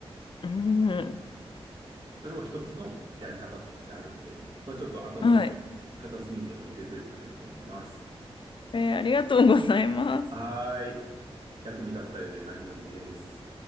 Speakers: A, on the left; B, on the right.
A: うん。
B: う。それも一つのやり方としてあるんで、まあちょっと頭の片隅にでも入れといたらいいと思います。
A: はい。えーありがとうございます。
B: はーい。役に立ったようで何よりです。